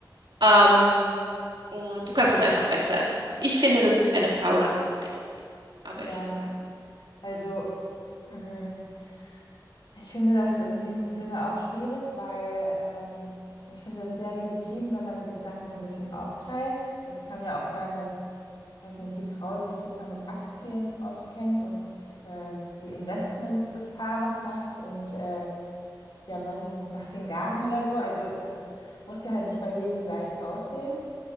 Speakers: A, on the right; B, on the left.
A: ähm, und du kannst das einfach besser. Und ich finde, das ist eine faule Ausrede. Aber
B: Ja,
A: ich, ja.
B: also mh, ich finde das in dem Sinne auch schwierig, weil ähm, ich finde es sehr legitim, wenn man sich Sachen so ein bisschen aufteilt. Es kann ja auch sein, dass weiß nicht, die Frau sich super mit Aktien auskennt und äh, die Investments des Paares macht und äh, der Mann macht den Garten oder so. Also das muss ja halt nicht bei jedem gleich aussehen.